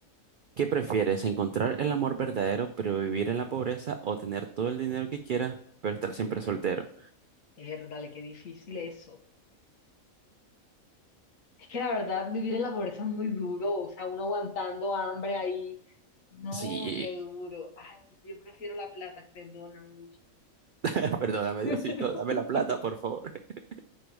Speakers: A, on the right; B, on the left.
A: ¿Qué prefieres? ¿Encontrar el amor verdadero pero vivir en la pobreza o tener todo el dinero que quieras pero estar siempre soltero?
B: es dale, qué difícil eso. Es que la verdad vivir en la pobreza es muy duro, o sea, uno aguantando hambre ahí, no,
A: Sí,
B: qué duro. Ay, no, yo prefiero la plata, perdóname.
A: <laughs> perdóname,
B: <laughs>
A: Diosito, dame la plata, por favor. <laughs>